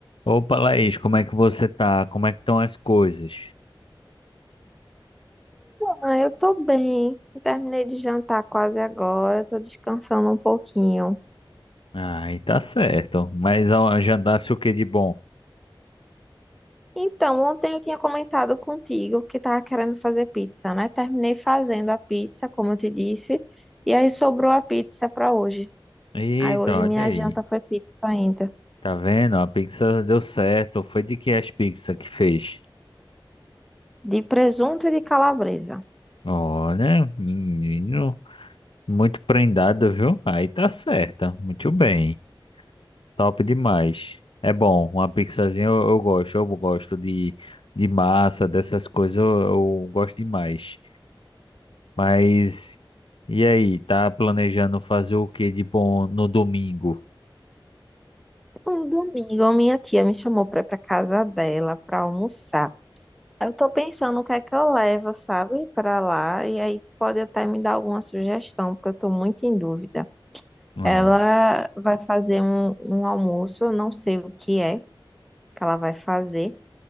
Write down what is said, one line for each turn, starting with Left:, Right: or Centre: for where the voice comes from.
Left: Opa, Laís, como é que você tá? Como é que estão as coisas?
Centre: Ah, eu tô bem. Eu Terminei de jantar quase agora, tô descansando um pouquinho.
Left: Ai, tá certo. Mas ó, jantasse o que de bom?
Centre: Então, ontem eu tinha comentado contigo que tava querendo fazer pizza, né? Terminei fazendo a pizza, como eu te disse, e aí sobrou a pizza pra hoje.
Left: Eita,
Centre: Aí hoje
Left: olha
Centre: minha
Left: aí.
Centre: janta foi pizza ainda,
Left: Tá vendo? A pizza deu certo. Foi de que as pizzas que fez?
Centre: de presunto e de calabresa.
Left: Olha, menino, muito prendado, viu? Aí tá certa. Muito bem. Top demais. É bom, uma pizzazinha eu, eu gosto. Eu gosto de, de massa, dessas coisas, eu eu gosto demais. Mas e aí, tá planejando fazer o que de bom no domingo?
Centre: Um domingo, minha tia me chamou pra ir pra casa dela pra almoçar. Eu tô pensando o que é que eu levo, sabe, pra lá, e aí tu pode até me dar alguma sugestão, porque eu tô muito em dúvida.
Left: Não.
Centre: Ela vai fazer um, um almoço, eu não sei o que é que ela vai fazer.